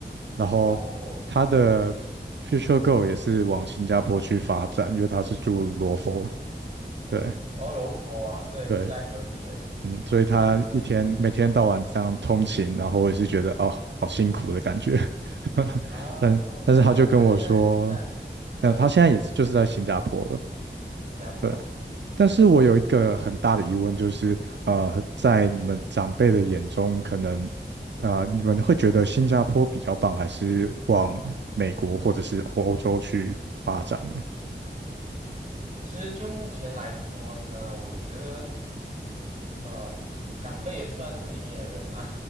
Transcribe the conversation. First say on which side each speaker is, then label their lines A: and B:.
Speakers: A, on the right (about 70°); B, on the right (about 40°).
A: 然后他的
B: 哦，
A: future goal 也是往新加坡去发展，因为他是住罗佛，对。
B: 欧柔佛啊，对，
A: 对，
B: 就在隔壁而已。
A: 嗯，所以他一天每天到晚这样通勤，然后我也是觉得哦，好辛苦的感觉。<laughs>
B: 哦，
A: 但但是他就跟我说，
B: 那他他现在是在。
A: 那他现在也就是在新加坡了，
B: 嗯。新加坡啊，
A: 对。但是我有一个很大的疑问，就是呃，在你们长辈的眼中，可能啊，你们会觉得新加坡比较棒，还是往美国或者是欧洲去发展呢？
B: 其实就目前来说呢，我觉得。呃，长辈也算是明眼人嘛。